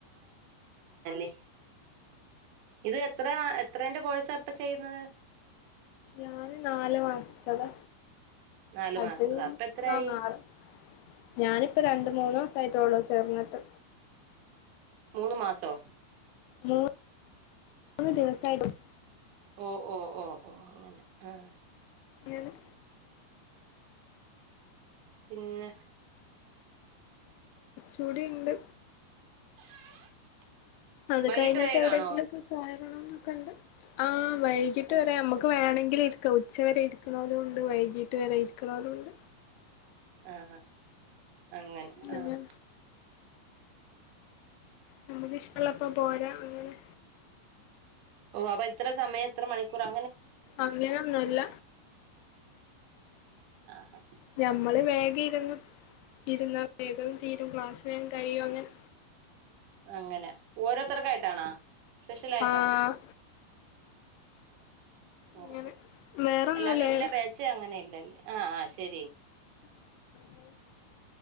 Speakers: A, on the right; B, on the left.
A: <unintelligible> ഇത് എത്രന്ന എത്രേന്റെ കോഴ്സ പ്പ ചെയ്യുന്നത്
B: ഞാന് നാല് മാസത്ത താ
A: നാലു
B: ചെൽപ്പങ്ങി
A: മാസത്തതാ അപ്പൊ എത്രയായി
B: ഞാൻ മാറും ഞനിപ്പ രണ്ട് മൂന്ന് സായി ട്ടൊള്ളൂ ചേർന്ന്ട്ട്
A: മൂന്ന് മാസോ
B: മൂ മൂന്ന് ദിവസമായിട്ടും
A: ഓ ഓ ഓ ഓ അങ്ങനെ ആഹ
B: ഞാനും
A: ന്നെ
B: കൂടിണ്ട്
A: <inaudible>
B: അത്
A: വൈകിട്ട്
B: കഴിഞ്ഞിട്ട്
A: വരെ
B: എവിടെങ്കിലുക്കെ
A: കാണുവോ
B: കയറണം എന്നൊക്കണ്ട് ആ വൈകിട്ട്
A: ആ
B: വരെ മ്മക്ക് വേണെ ക്ക ഇരിക്ക ഉച്ച വരെ ഇരിക്കനൊലും ഉണ്ട് വൈകീട്ട് വരെ ഇരിക്കണോലുംണ്ട്
A: ആഹഹാ അങ്ങെ നെ
B: അങ്ങനെ
A: ആഹ
B: നമുക്ക്ിഷ്ടമള്ളപ്പ പോരാ അങ്ങനെ
A: ഓ അപ്പൊ എത്ര സമയം എത്ര മണിക്കൂർആ
B: അങ്ങനൊന്നുംല്ല
A: <unintelligible>
B: ഞമ്മള് വേഗം ഇരുന്ന് ഇരുന്നാ വേഗം തീരും ക്ലാസ് വേം കഴിയും അങ്ങനെ
A: അങ്ങനെ ഓരോരുത്തർക്കായിട്ടാണോ സ്പെഷ്യൽ ആായിട്ടാണോ
B: ആഹ്
A: ഓ
B: അങ്ങനെ
A: ഓ
B: വേറൊന്നുല്ല
A: അല്ലാതെ ഇന്ന ബേച്ച അങ്ങനെ ഇല്ലല്ല ആഹ ആഹ് ശരി
B: <unintelligible>